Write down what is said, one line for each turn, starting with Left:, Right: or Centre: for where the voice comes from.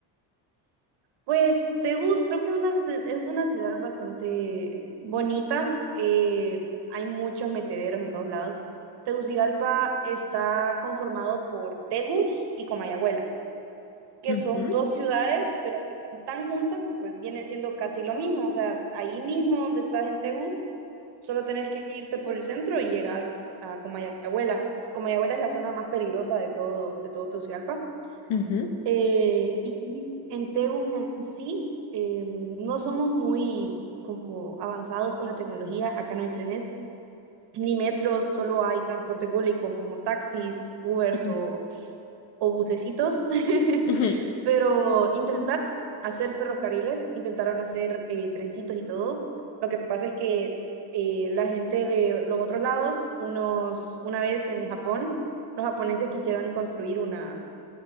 Right: Pues Tegus creo que una ci- es una ciudad bastante bonita. eh, hay muchos metederos en todos lados. Tegucigalpa está conformado por Tegus y Comayagüela, que
Left: Ujú.
Right: son dos ciudades, pero que están tan juntas que pues vienen siendo casi lo mismo. O sea, ahí mismo donde estás en Tegus, Solo tenés que irte por el centro y llegas a Comayagüela. Comayagüela es la zona más peligrosa de todo, de todo Tegucigalpa.
Left: Ujú,
Right: Eh, y sí, en Tegus en sí, eh, no somos muy como avanzados con la tecnología. Acá no hay trenes ni metros, solo hay transporte público como taxis, Ubers
Left: ujú,
Right: o, o bucecitos. <laughs>
Left: ujú.
Right: Pero intentaron hacer ferrocarriles, intentaron hacer eh, trencitos y todo. Lo que pasa es que eh, la gente de los otros lados, unos, una vez en Japón, los japoneses quisieron construir una,